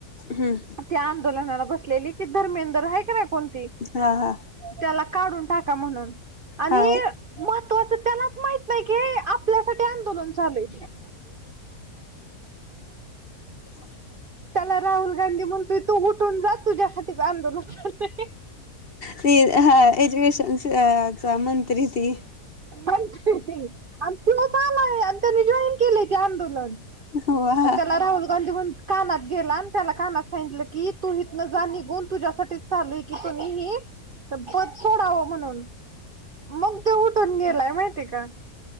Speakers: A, on the left; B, on the right.
A: हम्म
B: त्या आंदोलनाला बस असलेली ती धर्मेंदर आहे की नाय कोण ती?
A: हा हा.
B: त्याला काढून टाका म्हणून आणि
A: हा
B: महत्वाचं त्यालाच माहि कसाय की आपल्यासाठी
A: हो <inaudible>
B: ला राहुल गांधी म्हणतो तू उठून जा तुझ्यासाठी आंदोलन करते.
A: ती हा एज्युकेशन मंत्री ती
B: मंत्री व्हय, आणि त्योच आलाय आणि त्यांनी जॉईन केले ते आंदोलन.
A: वा
B: आणि त्याला राहुल गांधी म्ह कानात गेला आणि त्याला कानात सांगितलं की, तू इथनं जा निघून तुझ्यासाठीच चालूय की कोणीही तर पद सोडावं म्हणून, मग ते उठून गेलाय माहितीय का?